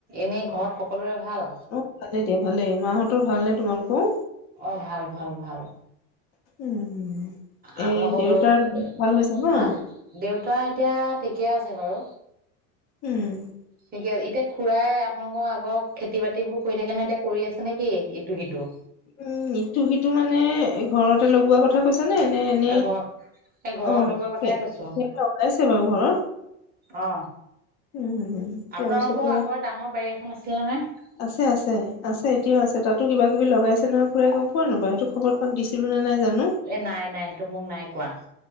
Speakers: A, on the right; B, on the left.
A: এনেই ঘৰত সকলোৰে ভাল
B: অ ভালে দিয়া ভালেই মাহঁতৰ ভাল নে তোমালোকৰ
A: অ ভাল ভাল ভাল
B: উম
A: আপোনালোকৰ
B: এই দেউতাৰ
A: ঘৰত
B: ভাল হৈছে ন
A: হা দেউতা এতিয়া ঠিকে আছে বাৰু
B: উম
A: ঠিকে আছে এতিয়া খুড়াই আপোনালোকৰ আগৰ খেতি বাতিবোৰ কৰি থাকে নহয় এতিয়া কৰি আছে নেকি ইটো সিটো
B: উম ইটো সিটো মানে ঘৰতে লগোৱাৰ কথা কৈছা নে নে এনেই
A: এ ঘৰ এই ঘৰৰ
B: অ
A: লগোৱা কথাই
B: সে খেতি
A: কৈছো
B: লগাইছে বাৰু ঘৰত
A: অ
B: উম তাৰপিছতে
A: আপোনালোকৰ আগৰ ডাঙৰ বাৰী এখন আছিলনে নহয়
B: আছে আছে আছে এতিয়াও আছে তাতো কিবা কিবি লগাইছে খুড়াই গম পোৱা নোপোৱা সেইটো খবৰ তোমাক দিছিলো নে নাই জানো
A: এ নাই নাই সেইটো মোক নাই কোৱা